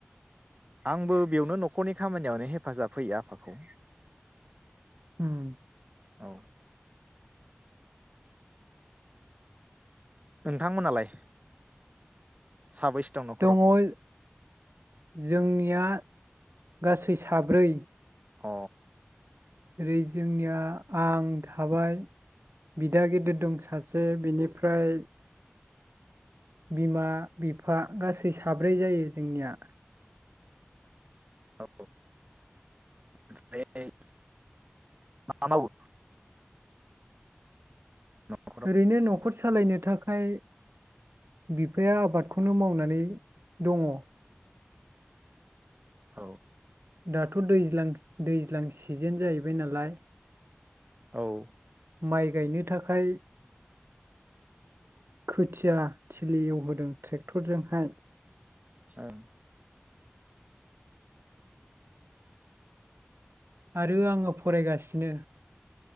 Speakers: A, on the right; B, on the right.
A: आंबो बेयावनो न'खरनि खामानियावनो हेफाजाब होयो आफाखौ।
B: उम
A: औ नोंथांमोनालाय? साबैसे दं न'खराव
B: दङ' जोंनिया गासै साब्रै।
A: अ
B: ओरै जोंनिया आं थाबाय बिदा गेदेर दं सासे बिनिफ्राय बिमा बिफा गासै साब्रै जायो जोंनिया।
A: औ <unintelligible> मा मावो? न'खराव
B: ओरैनो न'खर सालायनो थाखाय बिफाया आबादखौनो मावनानै दङ।
A: औ
B: दाथ' दैज्लां दैज्लां सिजेन जाहैबाय नालाय।
A: औ
B: माइ गायनो थाखाय खोथिया थिलि एवहोदों थ्रेक्टरजोंहाय।
A: ओं
B: आरो आङो फरायगासिनो।